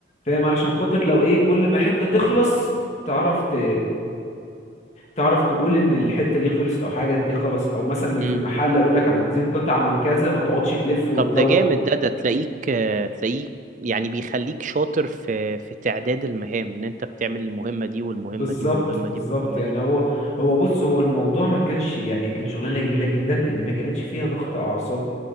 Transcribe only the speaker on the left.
فاهم علشان خاطر لو ايه كل ما حته تخلص تعرف ت... تعرف تقول ان الحته دي خلصت او حاجه دي خلصت او مثلا
في المحل قالوا لك عايزين قطعه من كذا ما تقعدش تلف وتدور
بالظبط
بالظبط
يعني
هو هو بص هو الموضوع ما كانش يعني كانت شغلانه جميله جدا ان ما كانتش فيها ضغط اعصاب